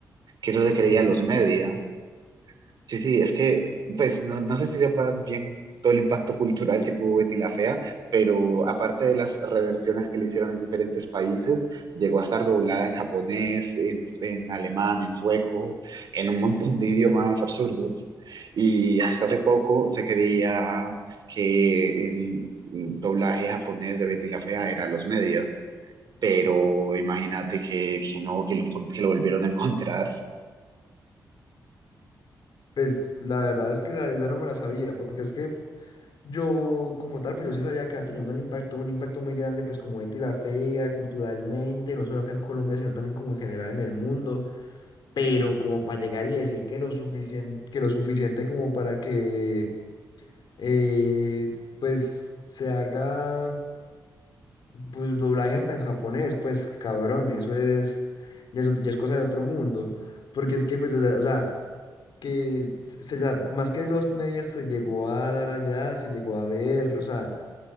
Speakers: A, on the right; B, on the left.
A: que eso se creía
B: ¿Qué?
A: los media. Sí, sí, es que, pues, no, no sé si sepas bien todo el impacto cultural que tuvo Betty la Fea, pero aparte de las reversiones que le hicieron en diferentes países, llegó a estar doblada en japonés, en, en alemán, en sueco, en un montón de idiomas absurdos. Y hasta hace poco se creía que el doblaje japonés de Betty la Fea era los medios, pero imagínate que, que no, que lo, encon- que lo volvieron a encontrar.
B: Pues la verdad es que esa, esa no me la sabía, porque es que yo como tal, pues yo sí sabía que había tenido un gran impacto, un impacto muy grande, pues como Betty la Fea, culturalmente, no solo acá en Colombia, sino también como en general en el mundo, pero como para llegar y decir que lo suficiente, que lo suficiente como para que eh, pues se haga pues doblaje hasta en japonés, pues cabrón, eso es, ya es, ot- ya es cosa de otro mundo, porque es que pues, o sea, o sea, que se, se la- más que los medias se llegó a dar allá, se llegó a ver, o sea,